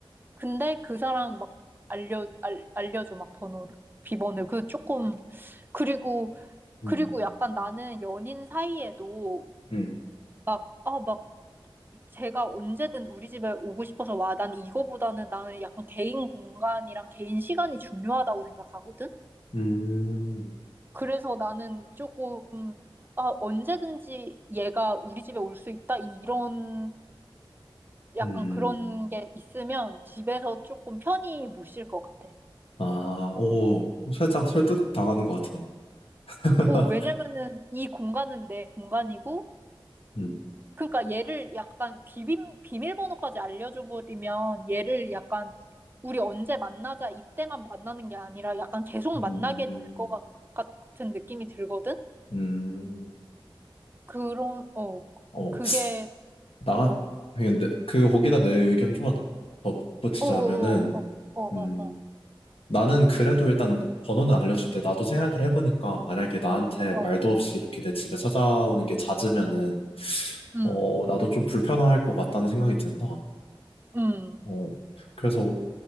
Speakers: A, on the right; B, on the left.
A: 근데 그 사람 막 알려, 알, 알려줘, 막 번호를, 비번을. 그 조금, 그리고,
B: 음.
A: 그리고 약간 나는 연인 사이에도
B: 음.
A: 막, 아, 막 제가 언제든 우리 집에 오고 싶어서 와. 난 이거보다는 나는 약간 개인 공간이랑 개인 시간이 중요하다고 생각하거든?
B: 음.
A: 그래서 나는 조금, 아, 언제든지 얘가 우리 집에 올 수 있다? 이런, 약간
B: 음.
A: 그런 게 있으면 집에서 조금 편히 못 쉴 것 같아.
B: 아, 오, 살짝 설득 당하는 것 같다. <laughs>
A: 오, 왜냐면은 이 공간은 내 공간이고,
B: 음,
A: 그러니까 얘를 약간 비밀, 비밀번호까지 알려줘 버리면 얘를 약간 우리 언제 만나자 이때만 만나는 게 아니라 약간 계속
B: 음,
A: 만나게 될 것 같은 느낌이 들거든?
B: 음,
A: 그런, 어,
B: 어,
A: 그게,
B: 나,
A: 어,
B: 근데 그, 거기다 내 의견 좀만 더, 더 붙이자면은,
A: 어어어어어어.
B: 음, 나는 그래도 일단 번호는 알려줄 때 나도 생각을 해보니까 만약에 나한테
A: 어,
B: 말도 없이 이렇게 내 집에 찾아오는 게 잦으면은,
A: 음,
B: 어, 나도 좀 불편할 것 같다는 생각이 든다.
A: 음.
B: 어, 그래서,